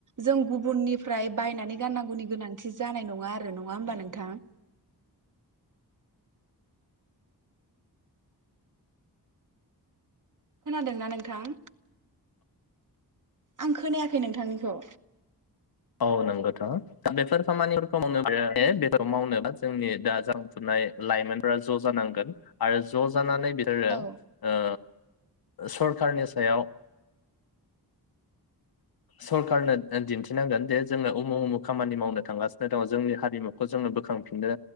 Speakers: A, on the right; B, on the left.
A: जों गुबुननिफ्राय बायनानै गाननांगौनि गोनांथि जानाय नङा आरो नङा होमबा नोंथाङा? खोनादोंना नोंथां? आं खोनायाखै नोंथांनिखौ।
B: औ नंगौथ' दा बेफोर खामानिफोरखौ मावनो बे मावनोबो जोंनि दा जांखांफुनाय लाइमोनफोरा ज' जानांगोन आरो ज' जानानै बिसोरो
A: औ
B: ओ सरकारनि सायाव सरकारनो ओ दिनथि मिथिनांगोन जे जोङो उमु उमु खामानि मावनो थांगासिनो दङ जोंनि हारिमुखौ जोङो बोखांफिननो